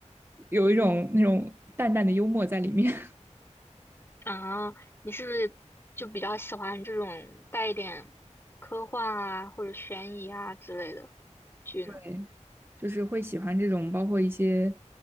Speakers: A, on the right; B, on the left.
A: 有一种那种淡淡的幽默在里面，
B: 啊，你是不是就比较喜欢这种带一点科幻啊或者悬疑啊之类的剧呢？
A: <laughs> 对，就是会喜欢这种包括一些